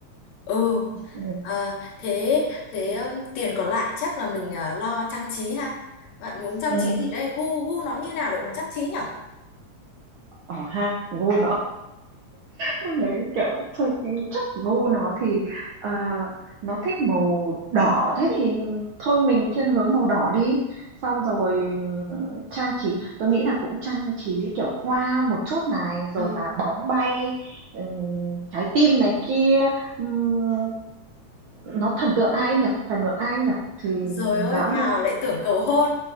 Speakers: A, on the left; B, on the right.
A: ừ
B: Ừ.
A: Ờ, thế thế um, tiền còn lại chắc là mình ờ, lo trang trí ha. Bạn muốn trang
B: Ừ.
A: trí gì đây? Gu gu nó như nào để mà trang trí nhở?
B: Ờ ha, vui Con đấy, kiểu, thôi, chắc gu nó thì, ờ, nó thích màu đỏ, thế thì thôi mình thiên hướng màu đỏ đi. Xong rồi, ừm, trang trí tôi nghĩ là cũng trang trí, kiểu, hoa một chút này, rồi
A: Ừ.
B: là bóng bay, ừm, trái tim này kia. Ừm, nó thần tượng ai nhỉ? Thần tượng ai nhỉ? Thì
A: Rồi
B: mình
A: ôi
B: dán
A: vào
B: luôn.
A: lại tưởng cầu hôn.